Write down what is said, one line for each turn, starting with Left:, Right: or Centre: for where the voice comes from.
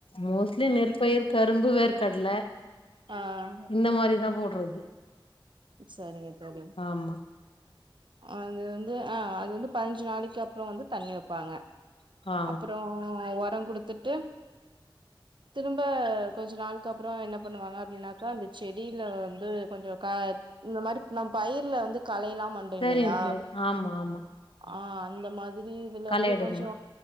Left: மோஸ்ட்லி நெற்பயிர் கரும்பு வேர்க்கடல
Right: ஆ
Left: இந்த மாரிதா போடுறது
Right: செறிங்க தோழி
Left: ஆமா
Right: அது வந்து அ அது வந்து பதிஞ்சு நாளைக்கு அப்புறோ வந்து தண்ணி வைப்பாங்க
Left: ஆ
Right: அப்பறோ உரம் குடுத்துட்டு திரும்ப கொஞ்ச நாளுக்கு அப்பறோ என்ன பண்ணுவாங்க அப்டின்னாக்க அந்த செடியில வந்து கொஞ்சோ கா இந்த மாரி நம் பயிர்ல வந்து கலையெல்லா மண்டு இல்லையா
Left: தெரியு தெரியு ஆமா ஆமா
Right: ஆ அந்த மாதிரி இதுல
Left: களை
Right: வந்து
Left: எடுக்கணு
Right: கொஞ்சோ